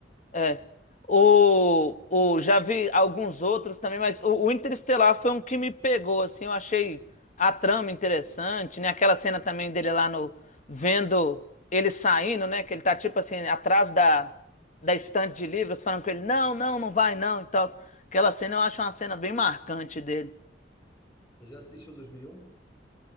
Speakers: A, on the left; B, on the left.
A: É. O, o, já vi alguns outros também, mas o, o Interestelar foi um que me pegou, assim, eu achei a trama interessante, né? Aquela cena também dele lá no, vendo ele saindo, né? Que ele tá, tipo assim, atrás da, da estante de livros, falando com ele, não, não, não vai, não, e tal. Aquela cena eu acho uma cena bem marcante dele.
B: Você já assistiu 2001?